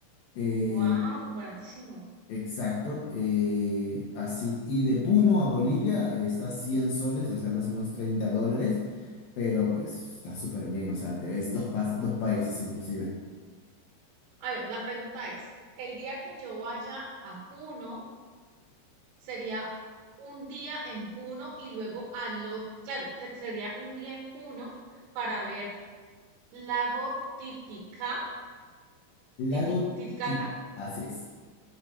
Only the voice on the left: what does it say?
eh,
exacto. eh, así, y de Puno a Bolivia eh, está 100 soles, o sea, más o menos 30 dólares, pero pues está súper bien, o sea, te ves dos, pas- dos países inclusive.
Lago,
Ti- así es.